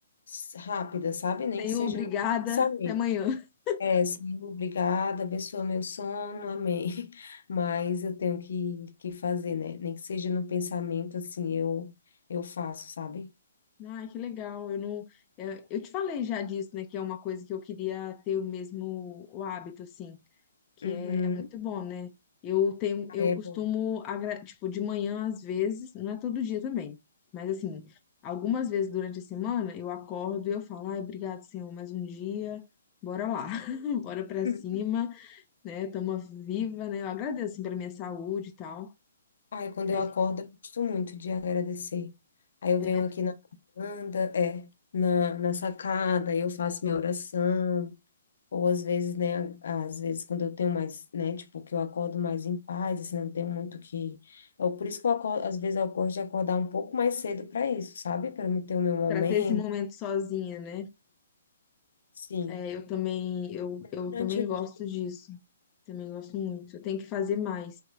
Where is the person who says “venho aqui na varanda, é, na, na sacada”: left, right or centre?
Left